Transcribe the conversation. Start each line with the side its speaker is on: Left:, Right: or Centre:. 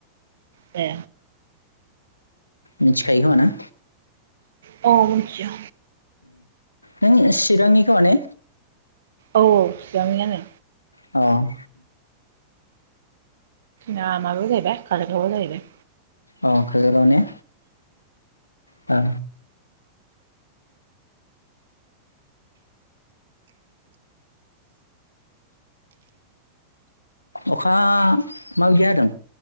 Right: दे
Left: मिथिखायो खोमाना
Right: औ मिया
Left: नों चिरांनिखौ ने
Right: औ औ चबांनियानो
Left: औ
Right: ना आ माबा जायबाय खालिखौाबो जाहायबाय।
Left: औ खाजोल गाव ने औ अखा माबि गिया जादों